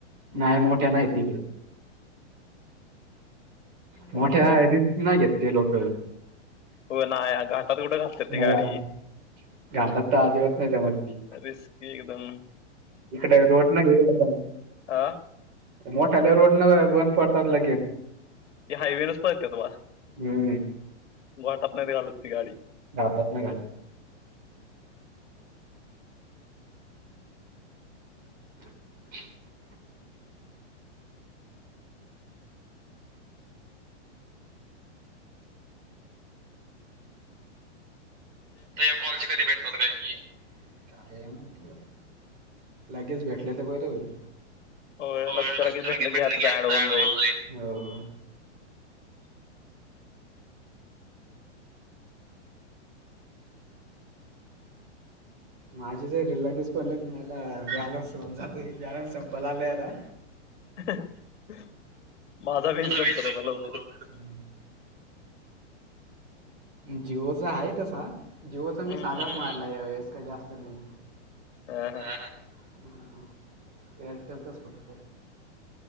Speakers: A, on the right; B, on the left.
A: नाय मोठ्या नायत इकडं.
B: अवघड
A: मोठ्या
B: हाय.
A: रिस्क नाय घेत ते लोकं.
B: हो नाय घाटात कुठं घालतात ती
A: हां.
B: गाडी.
A: घाटात तर आजीबात नाय जमत ती.
B: रिस्की एकदम
A: इकड रोड नाहीये <unintelligible>
B: आ!
A: मोठाले रोडन बंद पडतात लगेच.
B: ते हायवेनच पळतेत वा
A: उं.
B: ग्वाटात नाहीत ते घालत ती गाडी.
A: घाटात नाही घालत. <inaudible> तर या कॉलची कधी भेटतात काय की? काय माहिती बाबा, लगेच भेटले तर बर होईल.
B: होय
A: हो
B: लगच्या
A: लक्ष
B: लगी भेटलं,
A: लगेच
B: की ॲड
A: आता
B: होऊन
A: ऍड
B: जाईल.
A: हो. माझे जर रिलेटिव्हस पडलेत ना, बॅलन्स होऊन बॅलन्स संपायला आला आता.
B: <inaudible> माझा बी संपल
A: वेळ संपत
B: आता लवकरच.
A: लवकर जिओचा आहे तसा, जिओचा मी
B: हम्म
A: साधाच
B: हम्म
A: मारला यावेळेस काही जास्त नाही.
B: हा हा
A: अहं एअरटेलचाच फक्त.